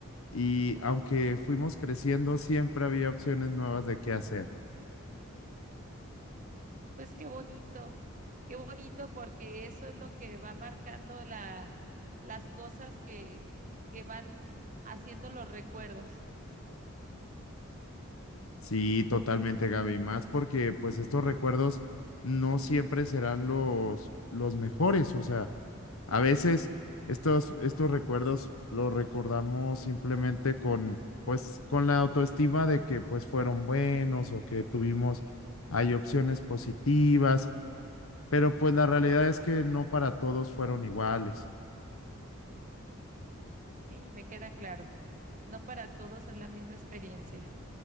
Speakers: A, on the left (about 80°); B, on the right (about 40°).
A: y aunque fuimos creciendo, siempre había opciones nuevas de qué hacer.
B: Pues qué bonito, qué bonito porque eso es lo que va marcando la, las cosas que, que van haciendo los recuerdos.
A: Sí, totalmente, Gaby, más porque pues estos recuerdos no siempre serán los, los mejores, o sea, a veces estos, estos recuerdos los recordamos simplemente con, pues, con la autoestima de que pues fueron buenos o que tuvimos, hay opciones positivas, pero pues la realidad es que no para todos fueron iguales.
B: Sí, me queda claro. No para todos es la misma experiencia